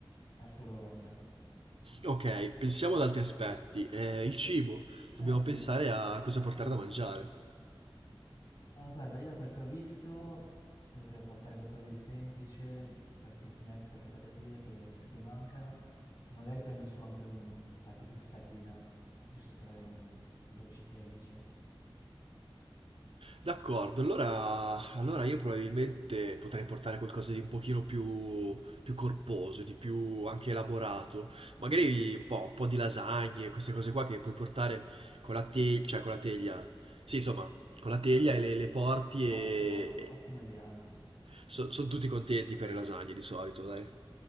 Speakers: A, on the left (about 50°); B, on the right (about 80°).
A: Adesso lo ordino.
B: Ok, pensiamo ad altri aspetti. Eh, il cibo, dobbiamo
A: Eh sì,
B: pensare a cosa
A: sì
B: portare
A: sì.
B: da mangiare.
A: Ah, guarda, io da quel che ho visto potrei portare qualcosa di semplice, qualche snack, qualche patatine che ho visto che mancano e magari prendo su anche un- qualche crostatina, giusto per avere un dolce semplice.
B: D'accordo, allora, allora io probabilmente potrei portare qualcosa di un pochino più, più corposo, di più anche elaborato. Magari un po', un po' di lasagne, queste cose qua che puoi portare con la teglia, cioè con la teglia. Sì, insomma, con la teglia e le, le porti e,
A: Ottimo, otti- ottima idea, anzi,
B: sono tutti contenti per le lasagne di solito, dai.